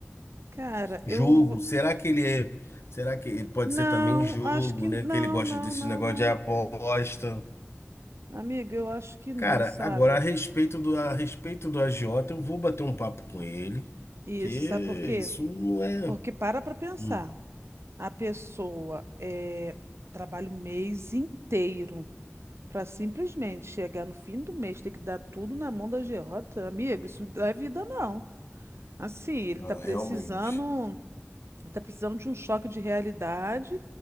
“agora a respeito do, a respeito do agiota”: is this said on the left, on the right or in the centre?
Left